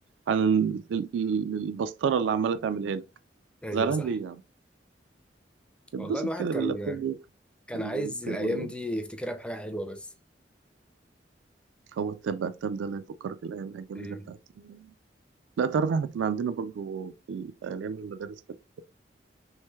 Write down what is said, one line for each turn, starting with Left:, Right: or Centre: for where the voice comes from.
Right: عن ال... ال- ال- البسطره اللي عماله تعملها لك
Centre: ايوه
Right: زعلان
Centre: صح
Right: ليه يا عم اتبسط
Centre: والله الواحد
Right: كده
Centre: كان
Right: باللابتوب
Centre: كان
Right: ولا
Centre: عايز
Right: التاب
Centre: الأيام
Right: ولا إيه؟
Centre: دي يفتكرها بحاجة حلوة بس
Right: هو التاب بقى التاب ده اللي هيفكرك الايام الجميله
Centre: مم.
Right: بتاعتي لا تعرف احنا كان عندنا برضو في ايام المدارس كانت